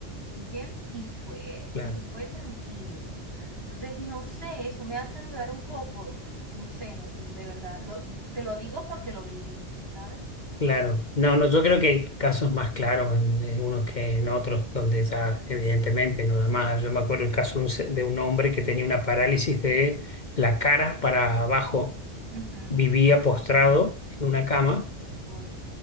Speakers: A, on the right (about 55°); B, on the left (about 45°).
A: ¿entiendes? Y fue,
B: claro
A: y se fue tranquilo. Entonces, no sé, eso me hace dudar un poco, no sé, no, de verdad, lo- te lo digo porque lo viví, ¿sabes?
B: Claro, no, no, yo creo que hay casos más claros en, en unos que en otros, donde ya evidentemente no da más. Yo me acuerdo el caso de un, se- de un hombre que tenía una parálisis de la cara para abajo,
A: Ujú.
B: vivía postrado en una cama
A: Uy,